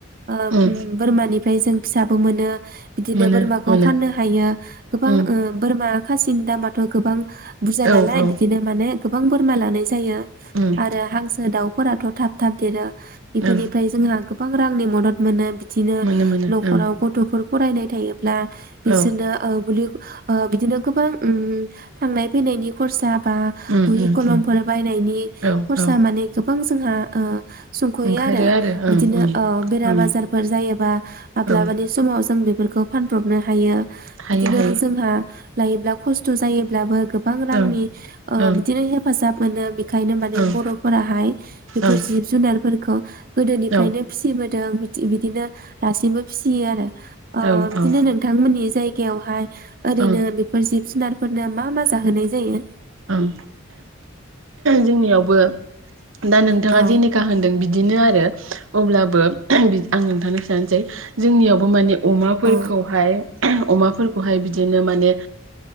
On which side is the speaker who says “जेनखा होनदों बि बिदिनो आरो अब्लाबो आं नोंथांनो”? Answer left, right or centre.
Right